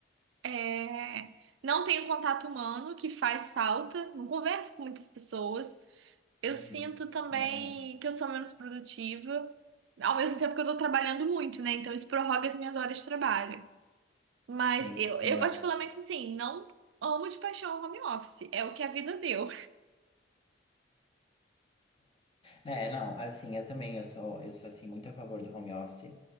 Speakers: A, on the right; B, on the left.
A: É, não tenho contato humano, que faz falta, não converso com muitas pessoas. Eu
B: Uhum.
A: sinto também
B: É, realmente.
A: que eu sou menos produtiva, ao mesmo tempo que eu tô trabalhando muito, né? Então isso prorroga as minhas horas de trabalho. Mas
B: Sim,
A: eu, eu
B: exato.
A: particularmente, assim, não amo de paixão o home office, é o que a vida deu.
B: É, não, assim, eu também, eu sou, eu sou, assim, muito a favor do home office.